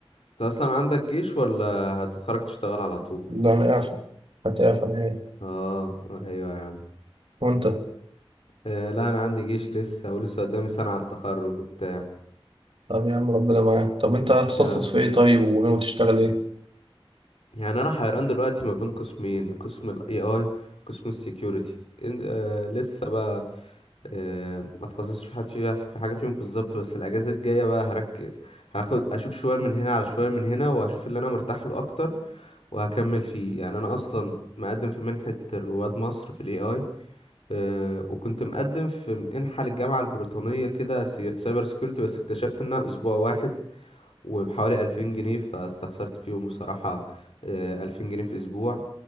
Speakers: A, on the left; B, on the right.
A: انت اصلا عندك جيش ولا هتتخرج تشتغل على طول
B: لا انا اعفى حتى اعفى نهائي
A: اه ايوه يا عم
B: وانت
A: آه، لا انا عندي جيش لسه ولسه قدامي سنة على التخرج وبتاع
B: طب يا عم ربنا معاك طب انت هتخصص
A: آه،
B: في ايه طيب وناوي تشتغل ايه
A: يعني انا حيران دلوقتي ما بين قسمين قسم الاي اي وقسم السكيورتي آه لسه بقى آه، ما تخصصتش في حد فيها في حاجة فيهم بالظبط بس الاجازة الجاية بقى هرك هاخد اشوف شوية من هنا على شوية من هنا واشوف اللي انا مرتاح له اكتر وهكمل فيه يعني انا اصلا مقدم في منحة رواد مصر في الاي اي آه، وكنت مقدم في منحة للجامعة البريطانية كده سي- سايبر سكيورتي بس اكتشفت انها اسبوع واحد وبحوالي 2000 جنيه فاستخسرت فيهم بصراحة آه، 2000 جنيه في أسبوع